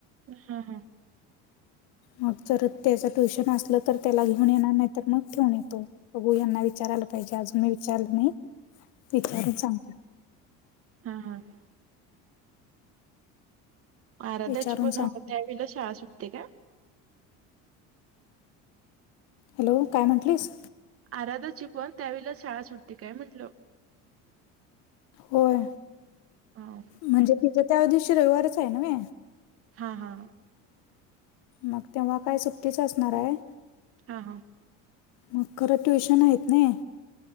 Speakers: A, on the right; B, on the left.
A: हा हा.
B: मग जर त्याचं ट्युशन असलं तर त्याला घेऊन येणार नाही तर मग ठेऊन येतो. बघू यांना विचारायला पाहिजे अजून मी विचारलं नाही विचारून सांगतो.
A: हां हां. आराध्याची
B: विचारून
A: पण
B: सांगते.
A: त्यावेळा शाळा सुटते का?
B: हॅलो काय म्हटलीस?
A: आराधाची पण त्यावेळेला शाळा सुटते काय म्हटलं.
B: होय
A: हा
B: म्हणजे तिच्या त्या दिवशी रविवारच आहे नव्हे.
A: हा हा.
B: मग तेव्हा काय सुट्टीच असणार आहे.
A: हां हां.
B: मग खरं ट्युशन आहेत नई.